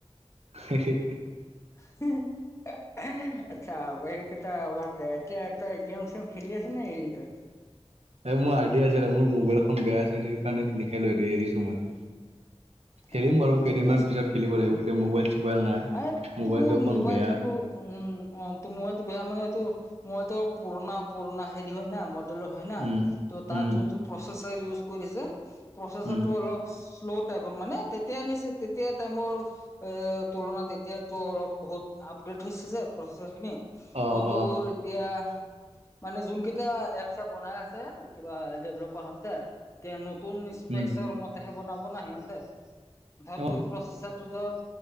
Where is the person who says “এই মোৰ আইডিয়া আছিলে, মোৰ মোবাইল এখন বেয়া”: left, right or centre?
Right